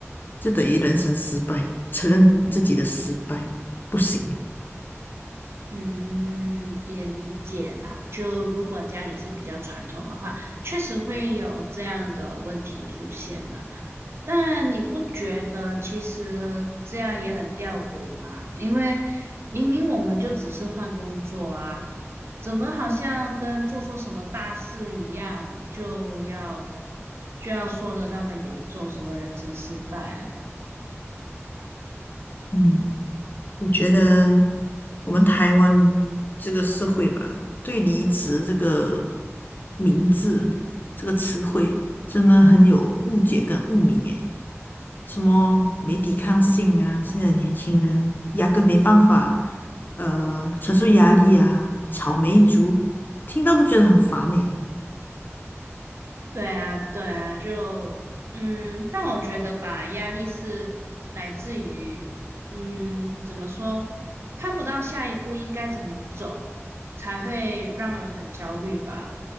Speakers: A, on the left; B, on the right.
A: 就等于人生失败，承认自己的失败不行。
B: 嗯，也理解啦。就如果家里是比较传统的话，确实会有这样的问题出现了。但你不觉得其实这样也很吊诡吗？因为明明我们就只是换工作啊，怎么好像跟做错什么大事一样，就要就要说的那么严重，什么人生失败啊？
A: 嗯，你觉得我们台湾这个社会吧，对离职这个名字、这个词汇，真的很有误解跟污名诶。什么没抵抗性啊，现在年轻人压根没办法，呃，承受压力啊，草莓族，听到都觉得很烦诶。
B: 对啊，对啊，就嗯，但我觉得吧，压力是来自于嗯，怎么说，看不到下一步应该怎么走，才会让人很焦虑吧，